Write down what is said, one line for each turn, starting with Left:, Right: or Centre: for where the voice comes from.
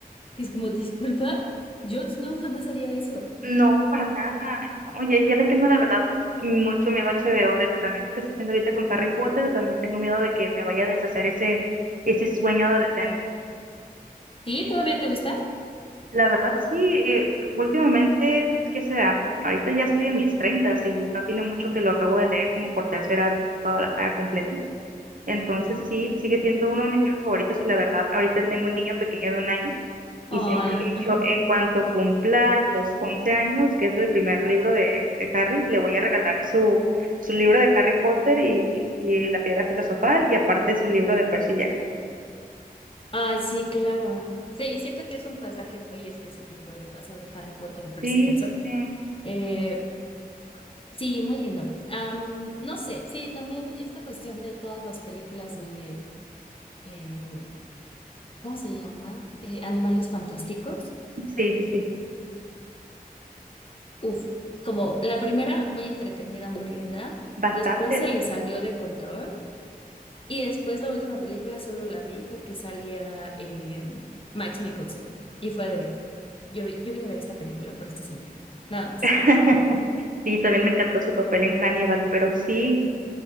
Left: Y es como, disculpa, yo no jamás haría eso.
Right: No, para nada. No, ya, ya le tengo la verdad mucho miedo a HBO, desde también lo que está haciendo ahorita con Harry Potter, también tengo miedo de que me vaya a deshacer ese, ese sueño adolescente.
Left: ¿Sí? ¿Todavía te gusta?
Right: La verdad, sí, eh, últimamente, ¿qué será? Ahorita ya estoy en mis treintas y no tiene mucho que lo acabo de leer como por tercera vez toda la saga completa. Entonces sí, sigue siendo uno de mis libros favoritos y la verdad, ahorita tengo un niño pequeño de un año
Left: Ay,
Right: Y siempre he dicho,
Left: ajá.
Right: en cuanto cumpla los 11 años, que es el primer libro de, de Harry, le voy a regalar su, su libro de Harry Potter y, y la Piedra Filosofal y aparte su libro de Percy Jackson.
Left: Ay, sí, claro. Sí, siento que es un pasaje muy específico de pasar de Harry Potter a Percy
Right: Sí,
Left: Jackson.
Right: sí, sí,
Left: Eh, sí, muy lindo. Am, no sé, sí, también esta cuestión de todas las películas de, eh, ¿cómo se llama? Eh, Animales Fantásticos.
Right: sí, sí, sí,
Left: Uf, como la primera, muy entretenida, muy linda.
Right: bastante,
Left: Después se le
Right: sí.
Left: salió de control Y después la última película solo la vi porque salía eh, Max Mikkelsen. Y fue de, yo, vi- yo vine a ver esta película por este señor. Nada más.
Right: <laughs> Sí, también me encantó su papel en Hannibal, pero sí,